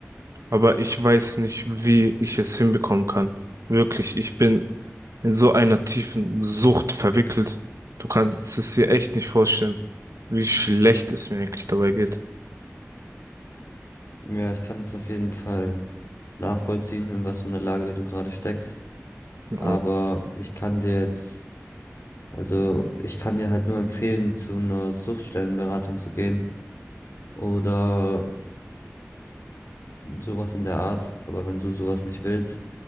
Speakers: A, on the right (about 80°); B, on the left (about 60°).
A: aber ich weiß nicht, wie ich es hinbekommen kann. Wirklich, ich bin in so einer tiefen Sucht verwickelt. Du kannst es dir echt nicht vorstellen, wie schlecht es mir eigentlich dabei geht.
B: Ja, ich kann es auf jeden Fall nachvollziehen, in was für einer Lage du gerade steckst.
A: Ja,
B: Aber ich kann dir jetzt, also ich kann dir halt nur empfehlen, zu einer Suchtstellenberatung zu gehen oder sowas in der Art. Aber wenn du sowas nicht willst,